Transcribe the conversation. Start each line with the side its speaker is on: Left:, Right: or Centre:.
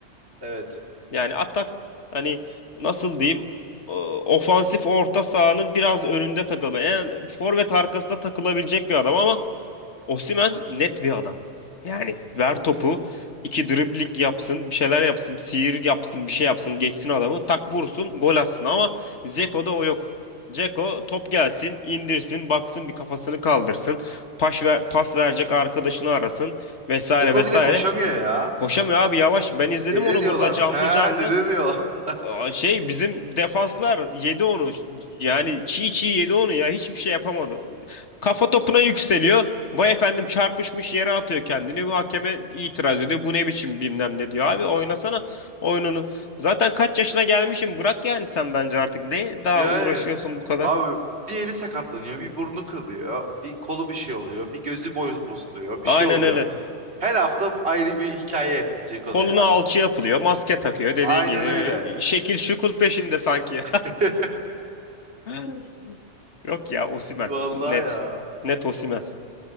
Right: evet.
Left: Yani atak hani nasıl diyeyim e, ofansif orta sahanın biraz önünde takılma. Yani forvet arkasında takılabilecek bir adam ama Osimhen net bir adam. Yani ver topu iki dribling yapsın bir şeyler yapsın sihir yapsın bir şey yapsın geçsin adamı tak vursun gol atsın ama Dzeko'da o yok. Dzeko top gelsin indirsin baksın bir kafasını kaldırsın pas, ver, pas verecek arkadaşını arasın vesaire
Right: Dzeko
Left: vesaire.
Right: bir de koşamıyor ya.
Left: Koşamıyor abi yavaş ben izledim
Right: Dede
Left: onu
Right: diyorlar.
Left: burada canlı
Right: <laughs> He
Left: canlı.
Right: dede diyorlar.
Left: Aa, Şey bizim defanslar yedi onu. Yani çiğ çiğ yedi onu ya. Hiçbir şey yapamadı. Kafa topuna yükseliyor. Vay efendim çarpışmış yere atıyor kendini. Bu hakeme itiraz ediyor. Bu ne biçim bilmem ne diyor. Abi oynasana oyununu. Zaten kaç yaşına gelmişim. Bırak yani sen bence artık. Ne daha
Right: Yani
Left: uğraşıyorsun bu kadar?
Right: abi bir eli sakatlanıyor, bir burnu kırılıyor, bir kolu bir şey oluyor, bir gözü boz- bozuluyor, bir
Left: Aynen
Right: şey oluyor.
Left: öyle.
Right: Her hafta ayrı bir hikaye Dzeko'da
Left: Koluna
Right: ya.
Left: alçı yapılıyor. Maske takıyor dediğin
Right: Aynen
Left: gibi.
Right: öyle.
Left: Şekil şukul peşinde sanki.
Right: <laughs>
Left: <laughs> Yok ya Osimhen.
Right: Vallahi
Left: Net.
Right: ya.
Left: Net Osimhen.